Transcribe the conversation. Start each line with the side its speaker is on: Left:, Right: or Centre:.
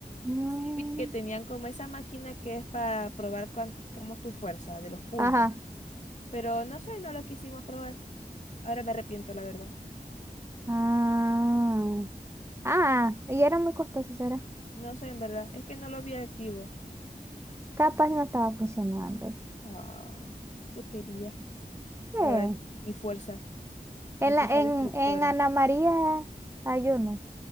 Right: Mm,
Left: Sí vi que tenían como esa máquina que es para probar cuán- cómo es tu fuerza de los puños.
Right: ajá.
Left: Pero no sé, no lo quisimos probar. Ahora me arrepiento, la verdad.
Right: Ah, ah, y era muy costoso, será.
Left: No sé, en verdad. Es que no lo vi activo.
Right: Capaz no estaba funcionando.
Left: Ah, yo quería
Right: Sí.
Left: probar mi fuerza,
Right: En
Left: mi fuerza
Right: la, en,
Left: destructora.
Right: en Ana María hay uno,